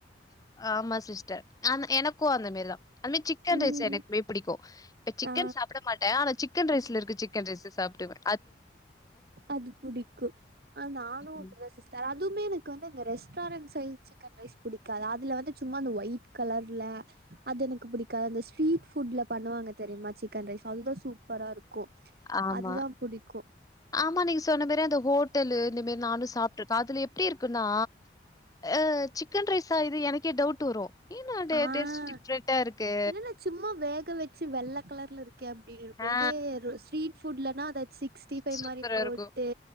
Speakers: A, on the left (about 20°); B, on the right (about 55°).
A: ஆமா சிஸ்டர் அம எனக்கு அந்த மெரி தா அந்த மாரி சிக்கன்
B: ம்
A: ரைஸ் எனக்மே பிடிக்கும் இப்ப சிக்கன்
B: ஆ
A: சாப்ட மாட்ட ஆனா சிக்கன் ரைஸ்ல இருக்க சிக்கன் ரைஸ்ச சாப்டுவா
B: அது புடிக்கும் ஆ நானு அப்டிதா
A: ம்.
B: சிஸ் டர் அதுமே எனக்கு வந்து இந்த ரெஸ்டாரண்ட் சைல் சிக்கன் ரைஸ் புடிக்காது அதுல வந்து சும்மா இந்த ஒயிட் கலர்ல அது எனக்கு பிடிக்காது அந்த ஸ்ட்ரீட் ஃபுட்ல பண்ணுவாங்க தெரியுமா சிக்கன் ரைஸ் அதுதா சூப்பரா இருக்கும்
A: ஆமா.
B: அதுதா புடிக்கும்
A: ஆமா நீங் சொன்ன மாரி அந்த ஹோட்டலு இந்த மாரி நானு சாப்ட்டு இருக்க அதுல எப்டி இருக்குன்னா அ சிக்கன் ரைஸா இது எனக்கே டவுட் வரோ ஏன் உன்டைய
B: ஆ
A: டேஸ்ட் டிஃப்ரெண்டா இருக்கு
B: என்னன்னா சும்மா வேக வெச்சு வெள்ள கலர்ல இருக்கே அப்டின் இக்கும்
A: ஆ
B: இதே ரோ ஸ்வீட் ஃபுட்லனா அத சிக்ஸ்டி ஃபைவ்
A: சூப்பரா
B: மாரி போட்டு
A: இருக்கும்.